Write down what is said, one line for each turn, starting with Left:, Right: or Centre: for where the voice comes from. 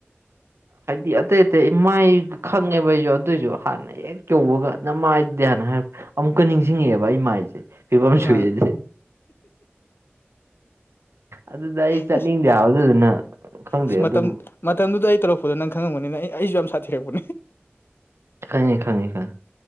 Right: ꯍꯥꯏꯗꯤ ꯑꯇꯩ ꯑꯇꯩ ꯏꯃꯥꯏ ꯈꯪꯉꯦꯕ ꯑꯩꯁꯨ ꯑꯗꯨꯏꯁꯨ ꯍꯥꯟꯅ ꯍꯦꯛ ꯌꯧꯕꯒ ꯅꯃꯥꯏꯗꯦꯅ ꯍꯥꯏꯔꯛꯄ ꯑꯃꯨꯛꯀ ꯅꯤꯡꯁꯤꯡꯉꯛꯑꯦꯕ ꯑꯩ ꯃꯥꯏꯁꯦ ꯐꯤꯕꯝ
Left: ꯃꯥꯅ
Right: ꯁꯣꯛꯑꯦꯅꯦ ꯑꯗꯨꯗ ꯑꯩ ꯆꯠꯅꯤꯡꯗꯦꯕ
Left: ꯑꯁ
Right: ꯑꯗꯨꯗꯨꯅ ꯈꯪꯗꯦ
Left: ꯑꯁ ꯃꯇꯝ
Right: ꯑꯗꯨꯝ
Left: ꯃꯇꯝꯗꯨꯗ ꯑꯩ ꯇꯧꯔꯛꯄꯗꯣ ꯅꯪ ꯈꯪꯉꯝꯒꯅꯤꯅ ꯑꯩꯁꯨ ꯌꯥꯝ ꯁꯥꯊꯤꯔꯛꯄꯅꯦ
Right: ꯈꯪꯉꯦ ꯈꯪꯉꯦ ꯈꯪꯉꯦ